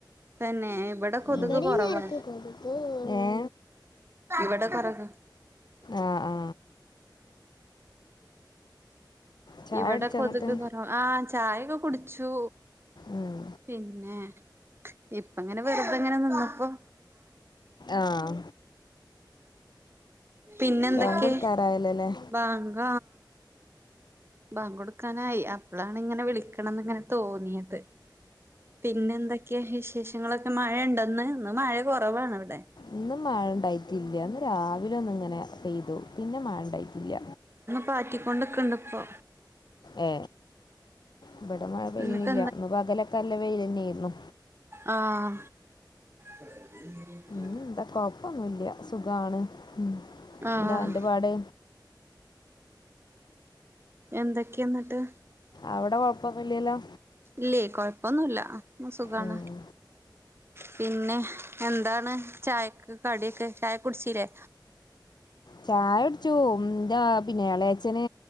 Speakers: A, on the right; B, on the left.
A: തന്നെ ഇവിടെ കൊതുക്
B: ഏ
A: കൊറവാ ഇവിട പറക
B: ആ ആ ചായ
A: ഇവിടെ
B: കുടിച്ചോ
A: കൊതുക്
B: എന്നിട്ട്
A: കുറവ ആ ചായൊക്കെ കുടിച്ചു
B: ഉം
A: പിന്നെ ഇപ്പങ്ങനെ വെറുതെങ്ങനെ നിന്നപ്പോ
B: ആഹ്
A: പിന്നെ എന്തൊക്കെ
B: ബാങ്ക് കൊടുക്കാറായല്ലോല്ലേ
A: ബാങ്ക ബാങ്കൊടുക്കാനായി അപ്പോളാണ് ഇങ്ങനെ വിളിക്കണംന്ന് ഇങ്ങനെ തോന്നിയത് പിന്നെ എന്തൊക്കെയാ വിശേഷങ്ങളൊക്കെ മഴ ഉണ്ടെന്ന് ഇന്ന് മഴ കുറവാണ് ഇവിടെ
B: ഇന്നും മഴണ്ടായിട്ടില്ലന്ന് രാവിലെ ഒന്ന് ഇങ്ങനെ പെയ്തു പിന്നെ മഴണ്ടായിട്ടില്ല
A: പാറ്റിക്കൊണ്ടിക്കണ്ടിപ്പോ
B: ഏ ഇവിടെ മഴ പെയ്യുന്നില്ല
A: എന്നിട്ട്
B: ഇന്ന് പകലൊക്കെ നല്ല വെയിൽ തന്നെയായിരുന്നു
A: ആഹ <unintelligible>
B: പിന്നെ എന്താ കൊഴപ്പൊന്നുമല്ല സുഖമാണ് ഉ
A: ആഹ്
B: എന്താ എന്റെപാട്
A: എന്തൊക്കെയ എന്നിട്ട്
B: അവിടെ കൊഴപ്പൊന്നില്ലല്ലോ
A: ഇല്ലേ കൊഴപ്പൊന്നുമല്ല സുഖാണ്
B: ഉം.
A: പിന്നെ എന്താണ് ചായക്ക് കടിയൊ ക്കെ ചായ കുടിച്ചില്ലേ
B: ചായ കുടിച്ചു എന്താ പിന്നെ എളയച്ഛന്